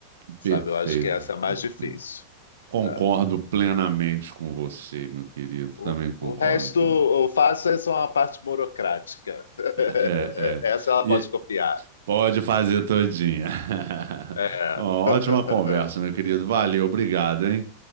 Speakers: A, on the left (about 70°); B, on the right (about 60°).
A: sabe?
B: Perfeito,
A: Eu acho que essa é a mais
B: perfeito.
A: difícil.
B: Concordo
A: é.
B: plenamente com você, meu querido.
A: O,
B: Também concordo
A: o resto,
B: com.
A: o
B: <laughs>
A: fácil é só uma parte burocrática. <laughs>
B: É, é.
A: Essa ela
B: E
A: pode copiar.
B: Pode fazer todinha. <laughs>
A: É.
B: Bom, ótima
A: <laughs>
B: conversa, meu querido. Valeu, obrigado, hein?